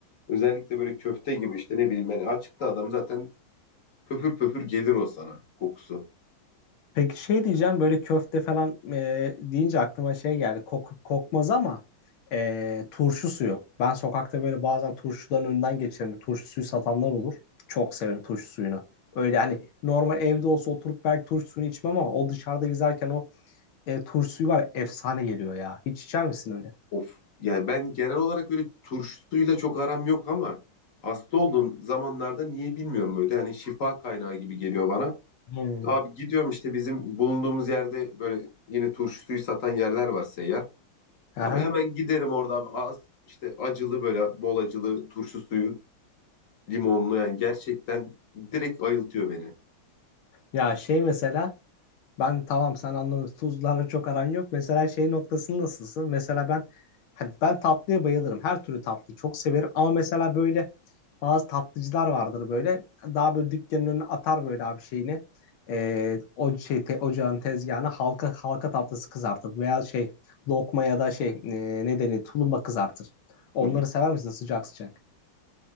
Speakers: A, on the left (about 50°); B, on the left (about 80°).
A: özellikle böyle köfte gibi işte ne bileyim hani açıkta adam zaten pöpür pöpür gelir o sana kokusu.
B: Peki şey diyeceğim böyle köfte falan e, deyince aklıma şey geldi. Kok, kokmaz ama e, turşu suyu. Ben sokakta böyle bazen turşuların önünden geçerim. Turşu suyu satanlar olur. Çok severim turşu suyunu. Öyle hani normal evde olsa oturup belki turşu suyunu içmem ama o dışarıda gezerken o e, turşu suyu var ya, efsane geliyor ya. Hiç içer misin öyle?
A: Of. Yani ben genel olarak böyle turşusuyla çok aram yok ama hasta olduğum zamanlarda niye bilmiyorum böyle. Hani şifa kaynağı gibi geliyor bana.
B: Hmm.
A: Abi gidiyorum işte bizim bulunduğumuz yerde böyle yine turşusuyu satan yerler var seyyar.
B: Aha.
A: Abi hemen giderim orada abi. Az işte acılı böyle bol acılı turşu suyu limonlu yani gerçekten direkt ayıltıyor beni.
B: Ya şey mesela Ben tamam sen anladın. Tuzlarla çok aran yok. Mesela şey noktası nasılsın? Mesela ben hani ben tatlıya bayılırım. Her türlü tatlıyı çok severim. Ama mesela böyle bazı tatlıcılar vardır böyle. Daha böyle dükkanın önüne atar böyle abi şeyini. Ee, o şey te- ocağın tezgahına halka halka tatlısı kızartır. Veya şey lokma ya da şey e, ne denir tulumba kızartır. Onları
A: Hı hı.
B: sever misin sıcak sıcak?